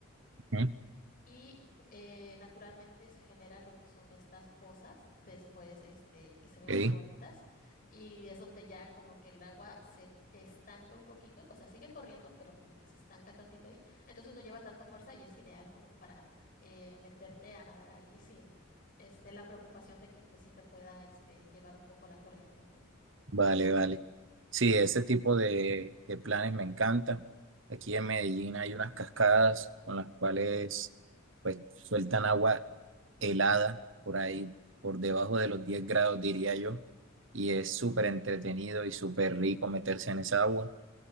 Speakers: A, on the right (about 65°); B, on the left (about 45°).
A: Ujú.
B: y eh, naturalmente se generan lo que son estas pozas después, este, que se ven
A: Ok.
B: muy bonitas y es donde ya como que el agua se estanca un poquito, o sea, sigue corriendo, pero como que se estanca tantito ahí, entonces no lleva tanta fuerza y es ideal como para eh, meterte a nadar ahí sin este, la preocupación de que pues sí te pueda este, llevar un poco la corriente, ¿no?
A: Vale, vale. Sí, ese tipo de, de planes me encantan. Aquí en Medellín hay unas cascadas con las cuales pues sueltan agua helada por ahí, por debajo de los 10 grados, diría yo. Y es súper entretenido y súper rico meterse en esa agua.